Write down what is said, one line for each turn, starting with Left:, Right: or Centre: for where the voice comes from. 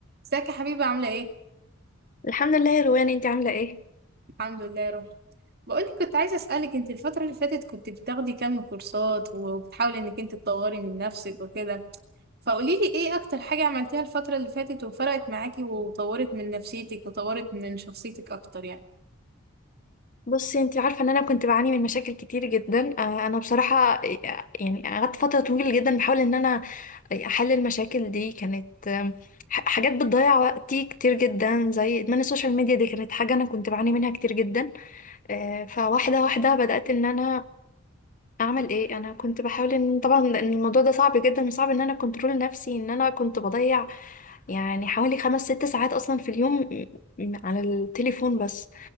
Right: ازيك يا حبيبة عاملة ايه؟
Left: الحمد لله يا روان انت عامله ايه
Right: الحمد لله يا روحي بقولك كنت عايزة اسألك انت الفترة اللي فاتت كنت بتاخدي كام كورسات وبتحاولي انك انت تطوري من نفسك وكده فقوليلي ايه اكتر حاجة عملتيها الفترة اللي فاتت وفرقت معاكي وطورت من نفسيتك وطورت من شخصيتك اكتر يعني
Left: بصي انت عارفه ان انا كنت بعاني من مشاكل كتير جدا آه، انا بصراحه آه، يعني قعدت فتره طويله جدا بحاول ان انا احل المشاكل دي كانت آم، ح- حاجات بتضيع وقتي كتير جدا زي ادمان السوشيال ميديا دي كانت حاجه انا كنت بعاني منها كتير جدا آه، فواحده واحده بدات ان انا اعمل ايه انا كنت بحاول ان طبعا ان الموضوع ده صعب جدا وصعب ان انا كنترول نفسي ان انا كنت بضيع يعني حوالي خمس ست ساعات اصلا في اليوم م- م- على التليفون بس